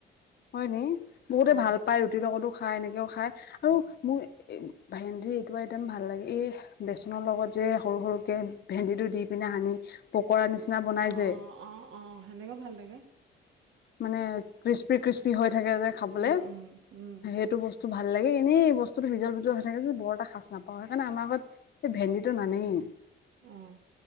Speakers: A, on the left (about 55°); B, on the right (about 80°).
A: হয় নি? বহুতে
B: অ',
A: ভাল পায়, ৰুটিৰ লগতো খাই, এনেকেও খাই, আৰু
B: অ',
A: মোৰ এ ভেন্দিৰ এইটো আইটেম ভাল লাগে। এই বেচনৰ লগত যে সৰু সৰুকে ভেন্দিটো দি পিনে সানি, পকৰা নিচিনা বনাই
B: অ',
A: যে।
B: অ', অ', অ' সেনেকেও ভাল লাগে।
A: মানে ক্ৰিস্পি ক্রিস্পি হৈ থাকে যে খাবলে,
B: উম, উম, উম,
A: সেইটো বস্তু টো ভাল লাগে, এনেই বস্তুটো বিজল বিজল হৈ থাকে যে বৰ এটা খাচ নাপ অ', সেইকাৰণে আমাৰ ঘৰত এই ভেন্দিটো নানেই।
B: উম।